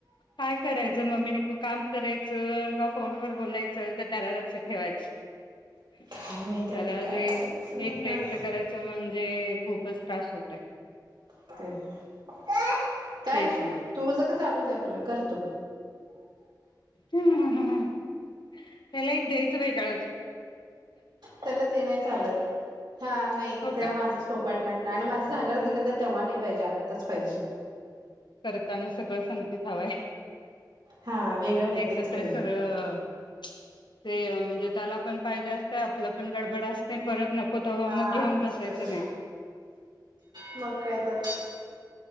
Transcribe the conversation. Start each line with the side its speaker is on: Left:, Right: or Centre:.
Left: काय करायच ममी काम करायच का फोनवर बोलायच का त्याला लक्ष ठेवायच त्याला
Right: काय माहिती आता काय
Left: लई
Right: करायचं
Left: एकट एकट करायच म्हणजे खूपच त्रास होतय
Right: <unintelligible> काय
Left: तेच
Right: नाही तू कसं काय चालू दे आपल करतो
Left: हम हम्म हा त्याला एक द्यायचं वेगळच
Right: त्याला ते नाही चालत हा नाही
Left: हो
Right: त्याला
Left: का
Right: माझच पोळपाट लाटणं नाही नाही माझं झाल्याला दिलं तर तेव्हा नाही पाहिजे आत्ताच पाहिजे
Left: करताना सगळं सांगतीच हवंय
Right: हा वेगळं नाही
Left: एकत्र
Right: तेच पाहिजे
Left: सगळं ते म्हणजे त्याला पण पाहिजे असत आपलं पण गडबड अस परत नको त
Right: हा
Left: मग घेऊन
Right: तसंच
Left: बसायचं
Right: आहे त्याला
Left: नाही
Right: मग काय तर